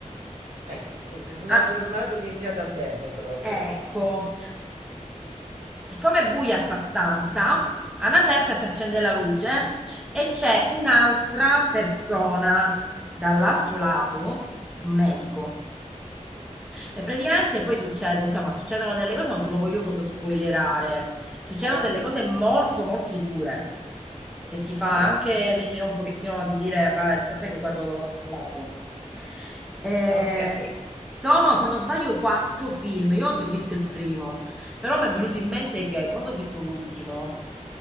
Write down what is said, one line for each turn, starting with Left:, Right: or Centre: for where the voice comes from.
Right: Ecco, u una
Centre: Ah,
Right: giornata iniziata bene proprio.
Centre: ecco, siccome è buia sta stanza, a una certa si accende la luce e c'è un'altra persona dall'altro lato, un medico E praticamente poi succede, insomma, succedono delle cose, non te lo voglio proprio spoilerare, succedono
Right: Eh,
Centre: delle cose molto molto dure, che ti
Right: okay.
Centre: fa anche venire un pochettino di dire, vabbè, aspetta che guardo dall'altro lato. Eh,
Right: Okay.
Centre: sono, se non sbaglio, quattro film, io oggi ho visto il primo, però mi è venuto in mente che quando ho visto l'ultimo,